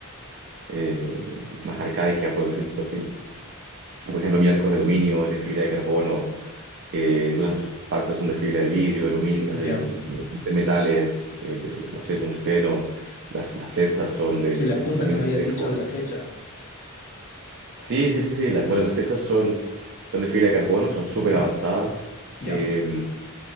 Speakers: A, on the right; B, on the left.
A: eh, más arcaicas, por decirlo así. Por ejemplo, mi arco es de aluminio, es de fibra de carbono, eh, algunas partes son de fibra de vidrio, aluminio,
B: Ya.
A: eh, de metales, eh, no sé, tungsteno, las, las flechas son de,
B: Sí, la punta
A: también
B: que me
A: de
B: habías
A: fibra de
B: dicho
A: carbono.
B: de la flecha.
A: Sí, sí, sí, sí. la- bueno, las flechas son, son de fibra de carbono, son súper
B: Ujú.
A: avanzadas.
B: Ya,
A: eh,